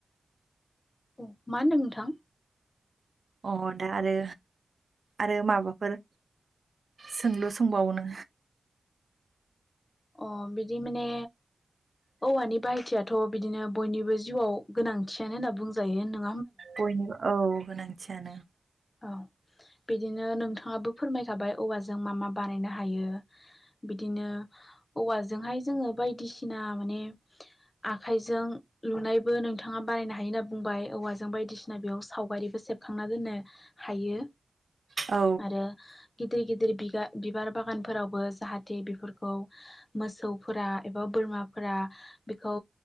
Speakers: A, on the left (about 40°); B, on the right (about 55°).
A: औ मा होनदों नोंथां?
B: अ दा आरो आरो माबाफोर सोंलु सोंबावनो?
A: अ बिदि माने औवानि बाहायथियाथ' बिदिनो बयनिबो जिउआव गोनांथियानो होनना बुंजायो होन
B: बयनिबो औ गोनांथियानो‌।
A: औ। बिदिनो नोंथाङाबो फोरमायखाबाय औवाजों मा मा बानायनो हायो, बिदिनो औवाजोंहाय जोङो बायदिसिना माने आखाइजों लुनायबो नोंथाङा बानायनो हायो होनना बुंबाय, औवाजों बायदिसिना बेयाव सावगारिबो सेबखांना दोनो हायो
B: औ
A: आरो गिदिर-गिद दिर सिगा-बिबार बागानफोरावबो जाहाथे बेफोरखौ मोसौफोरा एबा बोरमाफोरा बेखौ